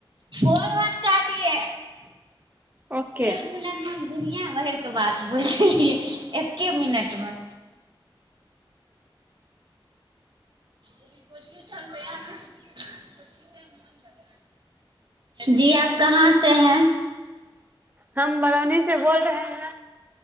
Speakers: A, on the right; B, on the right.
A: कोन बात काटे
B: ओके
A: क घमिल दुनििया भर क बात बोलियै एक्े मिनट मे तैारते मे मन लग जी आप कहाँ से हैं
B: हम बरौनी से बोल रहे हैं